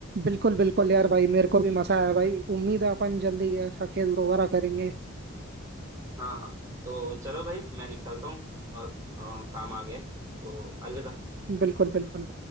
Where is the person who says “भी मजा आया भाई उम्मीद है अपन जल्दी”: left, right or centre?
Right